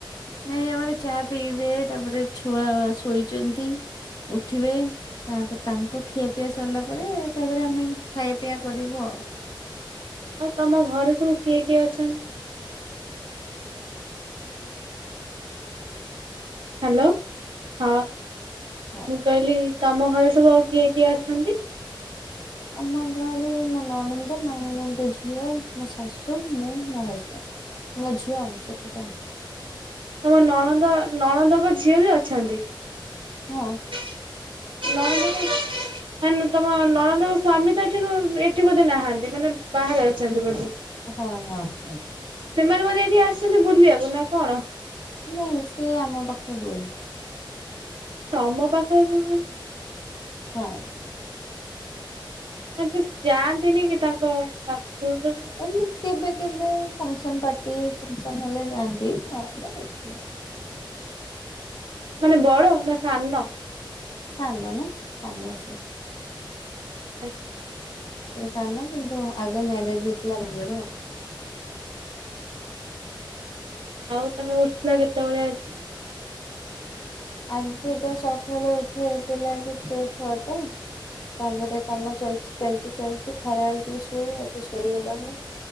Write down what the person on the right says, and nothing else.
ଆଉ, ତମ ଘରେ ସବୁ କିଏ କିଏ ଅଛନ୍ତି? ହ୍ୟାଲୋ। ହଁ,
ମୁଁ କହିଲି ତମ ଘରେ ସବୁ ଆଉ କିଏ କିଏ ଅଛନ୍ତି?
ତମ ନଣନ୍ଦ, ନଣନ୍ଦଙ୍କ ଝିଅ ବି ଅଛନ୍ତି?
ନ <inaudible> ମାନେ ତମ ନଳନ୍ଦଙ୍କ ସ୍ଵାମୀ ତ ଏଠି ଏଠି ବୋଧେ ନାହାଁନ୍ତି ମାନେ ବାହାରେ ଅ
ବ
ସେମାନେ ବୋଧେ ଏଠି ଆସିଛନ୍ତି ବୁଲିବାକୁ ନା କଣ?
ତମ ପାଖରେ ରୁହନ୍ତି।
ମାନେ ସେ ଯାଆନ୍ତିନି କି ତାଙ୍କ ଶାଶୁଘରକୁ?
ମାନେ ବଡ ନା ସାନ?
ଆଚ୍ଛା।
ଆଉ ତମେ ଉଠିଲ କେତେବେଳେ ଆଜି?